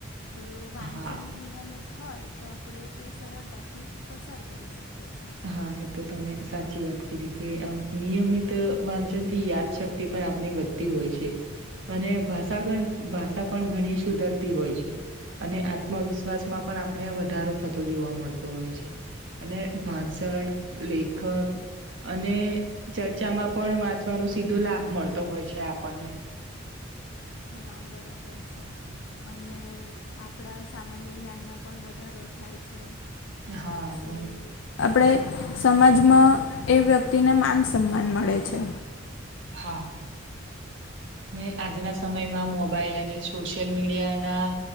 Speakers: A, on the left; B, on the right.
A: તો વાંચન
B: હા
A: નિયમિત હોય તો આપણે એ સરળતાથી પસાર કરી શકીએ છીએ
B: હા એ તો તમે સાચી વાત કીધી કે આમ નિયમિત વાંચન થી યાદશક્તિ પણ આપણી વધ તી હોય અને ભાષા ગણ ભાષા પણ ઘણી સુધરતી હોય છે. અને આત્મવિશ્વાસમાં પણ આપણે વધારો થતો જોવા મળતો હોય છે. અને ભાષણ લેખક અને ચર્ચામાં પણ વાંચવાનો સીધો લાભ મળતો હોય છે આપણને
A: હા બરાબર છે. અને આપણા સામાન્ય જ્ઞાનમાં પણ વધારો થાય છે.
B: હા,
A: પછી
B: ઘણી
A: આપડે સમાજમાં એ વ્યક્તિ તી ને માન સન્માન મળે છે.
B: હા મેં આજના સમયમાં મોબાઈલ અને સોશિયલ મીડિયાના